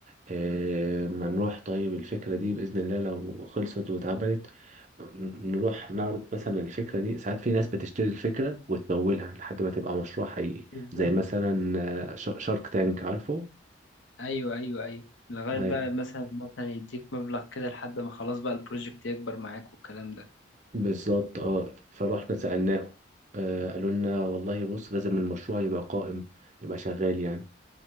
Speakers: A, on the right; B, on the left.
A: آه، ما نروح طيب الفكرة دي بإذن الله لو خلصت واتعملت ن- نروح نعرض مثلا الفكرة دي ساعات في ناس بتشتري الفكرة وتمولها لحد ما تبقى مشروع حقيقي
B: بالظبط
A: زي مثلا آه، شارك تانك عارفه
B: ايوه ايوه ايوه لغايه
A: هاي
B: بقى مثلا مثلا يديك مبلغ كده لحد ما خلاص بقى البروجكت يكبر معاك والكلام ده
A: بالظبط اه فرحنا سألناهم آه قالوا لنا والله بص لازم المشروع يبقى قائم يبقى شغال يعني